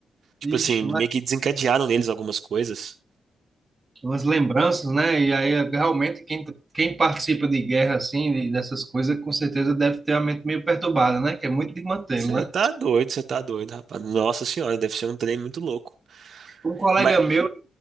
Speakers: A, on the right; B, on the right.
A: Tipo
B: Ixi,
A: assim,
B: mas
A: meio que desencadearam neles algumas coisas.
B: umas lembranças, né? E aí é, realmente quem, quem participa de guerra assim, de- dessas coisas, com certeza deve ter a mente meio perturbada, né? Que é muito de mantê-lo,
A: Você
B: né?
A: tá doido, você tá doido, rapaz. Nossa senhora, deve ser um trem muito louco.
B: Um colega
A: Mas.
B: meu,